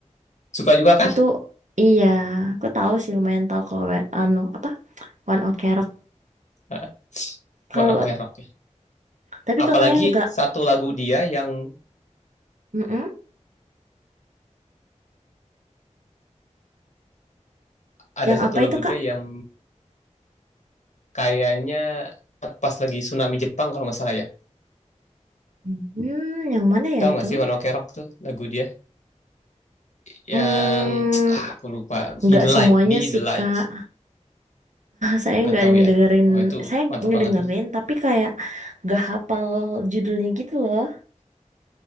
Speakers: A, on the left (about 70°); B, on the right (about 75°).
A: Suka juga kah?
B: Itu iya, aku tahu sih lumayan tahu kalau we- anu apa One Ok Rock.
A: Ah,
B: Kalau
A: One Ok Rock ya.
B: tapi
A: Apalagi
B: kakaknya nggak,
A: satu lagu dia yang
B: mm
A: ada
B: Yang
A: satu
B: apa
A: lagu
B: itu kak?
A: dia yang kayaknya pas lagi tsunami Jepang kalau nggak salah ya.
B: Hmm, yang mana ya
A: Tahu
B: itu?
A: nggak sih One Ok Rock tuh lagu dia? yang
B: Hmm,
A: ah, aku lupa Be
B: nggak
A: the Light
B: semuanya
A: Be the
B: sih
A: Light
B: kak. Saya
A: nggak
B: nggak
A: tahu
B: ada ngedengerin,
A: ya wah itu
B: saya
A: mantap
B: ngedengerin
A: banget itu
B: tapi kayak nggak hafal judulnya gitu loh.